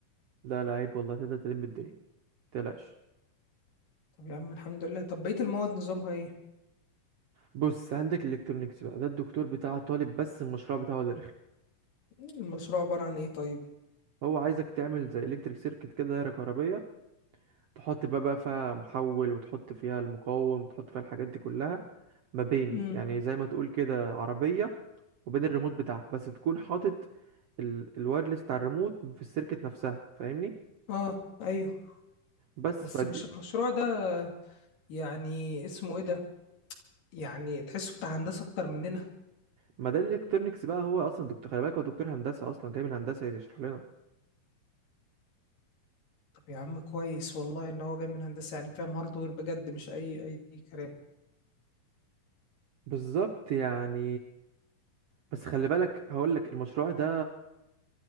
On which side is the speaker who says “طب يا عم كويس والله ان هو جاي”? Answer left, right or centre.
Left